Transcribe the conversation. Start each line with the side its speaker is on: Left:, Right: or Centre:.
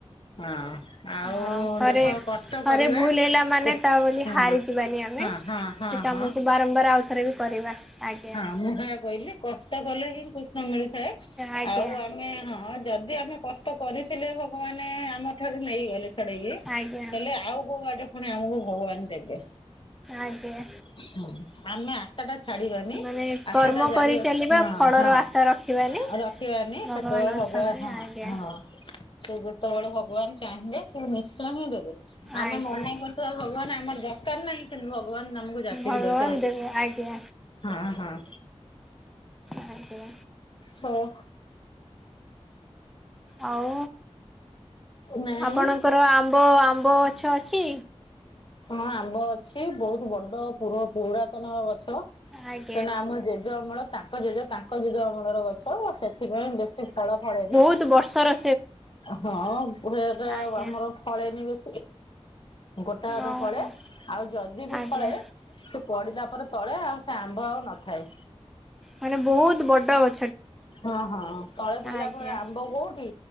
Left: ହଁ। ଆଉ
Centre: ହଁ ଥରେ
Left: ଦେଖ କଷ୍ଟ
Centre: ଥରେ
Left: କରିବା
Centre: ଭୁଲ ହେଲା ମାନେ
Left: କୋ
Centre: ତା ବୋଲି
Left: ହଁ
Centre: ହାରିଯିବାନି ଆମେ।
Left: ହଁ ହଁ ହଁ
Centre: ସେ କାମକୁ
Left: ହଁ।
Centre: ବାରମ୍ବାର ଆଉ ଥରେବି କରିବା। ଆଜ୍ଞା
Left: ହଁ ମୁଁ ହେଇଆ କଇଁଲି କଷ୍ଟ କଲେହିଁ କୃଷ୍ଣ ମିଳିଥାଏ।
Centre: ଆଜ୍ଞା।
Left: ଆଉ ଆମେ ହଁ ଯଦି ଆମେ କଷ୍ଟ କରିଥିଲେ ଭଗବାନ ଆମ ଠାରୁ ନେଇଗଲେ ଛଡ଼େଇକି
Centre: ଆଜ୍ଞା
Left: ହେଲେ ଆଉ କୋଉ ବାଟେ ଫୁଣି ଆମକୁ ଭଗବାନ ଦେବେ
Centre: ଆଜ୍ଞା
Left: ହଁ ଆମେ ଆଶାଟା ଛାଡ଼ିବାନି
Centre: ମାନେ
Left: ଆଶାଟା
Centre: କର୍ମ
Left: ଜାରି
Centre: କରି
Left: ର
Centre: ଚାଲିବା
Left: ହଁ
Centre: ଫଳର
Left: ହଁ
Centre: ଆଶା ରଖିବାନି।
Left: ରଖିବାନି
Centre: ଭଗବାନ
Left: ସେତେବେଳେ ଭଗବା
Centre: ଅଛନ୍ତି
Left: ହଁ।
Centre: ଆଜ୍ଞା
Left: ହଁ ସେଯେତେବେଳେ ଭଗବାନ ଚାହିଁବେ ସେନିଶ୍ଚୟ ହିଁ ଦେବେ। ଆମେ
Centre: ଆଜ୍ଞା
Left: ମନେଇ କରୁଥିବା ଭଗବାନ୍ ଆମର ଦରକାର୍ ନାଇଁ କିନ୍ତୁ ଭଗବାନ୍ ଆମକୁ ଯାଚିକି
Centre: ଭଗବାନ
Left: ଦଉଥିବେ।
Centre: ଦେବେ ଆଜ୍ଞା।
Left: ଅଁ ହଁ
Centre: ଆଜ୍ଞା
Left: ହୋ
Centre: ଆଉ
Left: ନାଇଁ
Centre: ଆପଣଙ୍କର ଆମ୍ବ ଆମ୍ବ ଗଛ ଅଛି?
Left: ହଁ ଆମ୍ବ ଅଛି ବହୁତ୍ ବଡ଼ ପୂର୍ବ ପୁରାତନ ଗଛ
Centre: ଆଗ୍
Left: ସେନା ଆମ ଜେଜେ ଅମଳ ତାଙ୍କ ଜେଜେ ତାଙ୍କ ଜେଜ ଅମଳର ଗଛ ସେଥିପାଇଁ ବେଶୀ ଫଳ ଫଳେନି
Centre: କିନ୍ତୁ ବର୍ଷରେ
Left: ଅଁ ହଁ ହୁଏ ଏଗ୍
Centre: ଆଜ୍ଞା।
Left: ଆମର ଫଳେନି ବେଶୀ ଗୋଟା ଅଧା
Centre: ଓହୋ
Left: ଫଳେ ଆଉ ଯଦିବି
Centre: ଆଜ୍ଞା
Left: ଫଳେ ସେ ପଡ଼ିଲାପରେ ତଳେ ଆଉସେ ଆମ୍ବ ଆଉ ନଥାଏ।
Centre: ମାନେ ବହୁତ୍ ବଡ଼ ଗ
Left: ହଁ ହଁ ତଳେ ପଇିଲାପରେ
Centre: ଆଜ୍ଞା।
Left: ଆମ୍ବ କୋଉଠି